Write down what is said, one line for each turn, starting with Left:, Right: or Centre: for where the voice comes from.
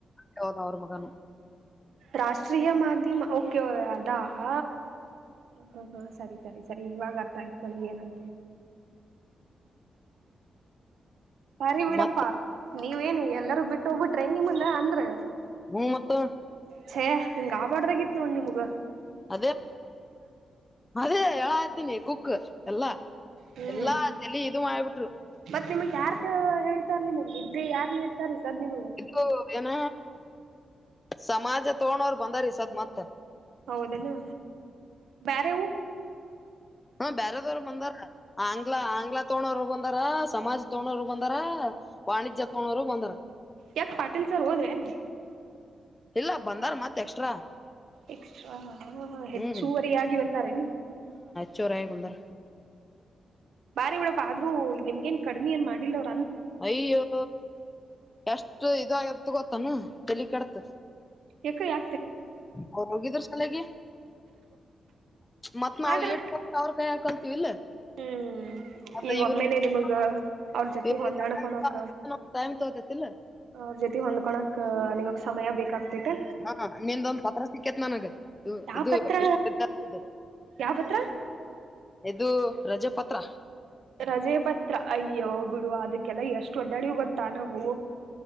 Left: ಹೌದ ಅವರ ಮಗನುು
Right: ರಾಷ್ಟ್ರೀಯ ಮಾಧ್ಯಮ ಓಕೆ ಅದಾ ಹ ಹಾ ಸರಿ ಸರಿ ಸರಿ ಇವಾಗ ಅರ್ಥ ಆಯ್ತ ನನಗ ಏನಂತ ಸರಿ ಬಿಡಪ್ಪಾ
Left: ಮತ್
Right: ನೀವೇನ ಎಲ್ಲರೂ ಬಿಟ್ಟ ಹೋಗ್ಬಿಟ್ರೆ ನಿಮಂದ ಅಂದ್ರ
Left: ಹ ಮತ್ತ
Right: ಛ ಹಿಂಗ ಆಬಾಡ್ದಗಿತ್ ನೋಡ್ ನಿಮಗ
Left: ಅದೇ ಅದೇ ಹೇಳ ಆ್ತೀನಿ ಕುಕ್ ಎಲ್ಲಾ
Right: ಹ್ಮ್
Left: ಎಲ್ಲಾ ಚಲಿ ಇದು ಆಯಬಿಟ್ರು
Right: ಮತ್ ನಿಮಗ್ ಯಾರ್ ಹೇಳ್ತಾರ್ ನಿಮಗ್ ಇದ್ದೇ ಯಾರ್ ನೀಡ್ತಾರೀ ಸದ್ ನಿಮಗ್
Left: ಇದು ಏನ ಸಮಾಜ ತೋೊಂಡೋರು ಬಂದಾರೀ ಸದ ಮತ್ತ
Right: ಹೌದನಾ ಬರೆವು
Left: ಹ್ಮ ಬೇಾರದವ್ರ ಬಂದಾರ ಂಗಾ ಆಂಗ್ಲ ತೋೊಂಡೋರು ಬಂದಾರ ಸಮಾಜ ತಗೊಂಡೋರು ಬಂದಾರ ವಾಣಿಜ್ಯ ತಗೊಂಡೋ್ರು ಬಂದಾರ
Right: ಯಾಕ ಪಾಟೀಲ್ ಸರ್ ಹೋದ್ರೇನ್
Left: ಇಲ್ಲ ಬಂದಾರ ಮತ್ ಎಕ್ಸ್ಟ್ರಾ
Right: ಎಕ್ಸ್ಟ್ರಾ
Left: ಹ್ಮ್
Right: ಹೆಚ್ಚುವರಿಯಾಗಿ ಬಂದಾರೆ
Left: ಚೋರ ಮುಂದರ
Right: ಬಾರಿ ಬಿಡಪ್ಪ ಆದ್ರೂ ನಿಮ್ಗ ನ್ ಕಡಿ್ಮಿ ಏನ್ ಮಾಡಿಲ್ಲವ
Left: ಅಯ್ಯೋ ಎಷ್ಟು ಇದಾಗತ್ ಗೊತ್ತಾನ ತಲಿ ಕೆಡತ
Right: ಯಕ ಯಾ
Left: ಅವ ಹೋಗಿದ್ರ ಸಲೆಗೆ ಮತ್ತ್ ನಾವ
Right: ಆದ್ರ
Left: ಟ್ ಅವ್ರ ಕೈ ಹಾಕಂತ ಯ
Right: ಹ್ಮ್ ಈಗ ಒಮ್ಮೇಲೆ
Left: ಯ
Right: ನಿಮಗ ಅವ್ರ ಜೊತಿ ಹೊಂದಾಣಕೊಳಕ
Left: ಲ್ಲ
Right: ಅವ್ರ ಜೊತಿ ಹೊಂದ್ಕೊಳಕ್ ನಿಮಗ್ ಸಮಯ ಬೇಕಾಗ್ತೈತೆ
Left: ಹಾ ನಿಂದೊಂದ್ ಪತ್ರ ಸಿಕ್ಕೇತ್ ನನಗೆ ಇದು
Right: ಯಾವ
Left: ಇದು
Right: ಪತ್ರ
Left: ವಿಷ ಇದು
Right: ಯಾವ ಪತ್ರ
Left: ಇದು ರಜೆ ಪತ್ರ
Right: ರಜೆ ಪತ್ರ ಅಯ್ಯೋ ಬಿಡು ಅದಕ್ಕೆಲ್ಲ ಎಷ್ಟು ಒದ್ದಡಿ ಗೊತ್ತಾ ನಾವು